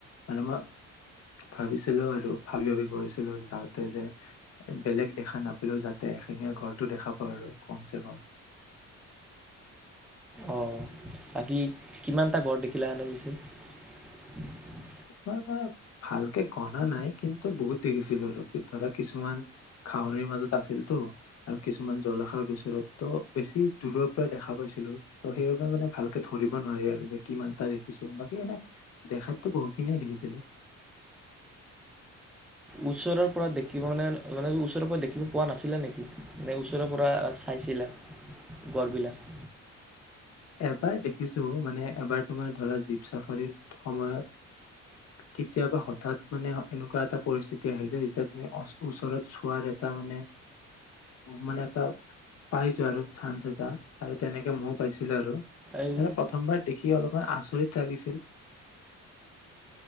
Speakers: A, on the left; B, in the centre.
A: মানে মই ভাবিছিলোও আৰু ভাবি ভাবি গৈছিলো যাওঁতে যে বেলেগ দেখা নাপালেও যাতে এশেঙীয়া গ়টো দেখা পাওঁ আৰু কম চ কম
B: অ', বাকী কিমানটা ঘৰত দেখিলে আনে গিছে
A: তোমাৰ মই ভালকে গনা নাই কিন্তু বহুত দেখিছিলো আৰু কি ধৰা কিছুমান ঘাহনীৰ মাজত আছিলতো আৰু কিছুমান জলাশয়ৰ ওচৰত ত বেছি দূৰৰ পৰা দেখা পাইছিলো ত সেইবাবে মানে ভালকে ধৰিব নোৱাৰি আৰু যে কিমান এটা দেখিছো বাকী এনে দেখাতটো বহুত খিনিয়ে দেখিছিলো
B: ওচৰৰ পৰা দেখিব মানে মানে ওচৰৰ পৰা দেখিব পোৱা নাছিলে নেকি নে ওচৰৰ পৰা চাইছিলে গড়বিলাক
A: এবাৰ দেখিছো মানে এবাৰ তোমাৰ ধৰা জীপ চাফাৰীৰ সময়ত কেতিয়াবা হঠাৎ মানে এনেকুৱা এটা পৰিস্থিতি আহিছে যেতিয়া তুমি ওচৰত চোৱাৰ এটা মানে মানে এটা পাই যোৱা আৰু চান্স এটা আৰু তেনেকে ময়ো পাইছো আৰু
B: এই
A: প্ৰথমবাৰ দেখি অলপমান আচৰিত লাগিছিল।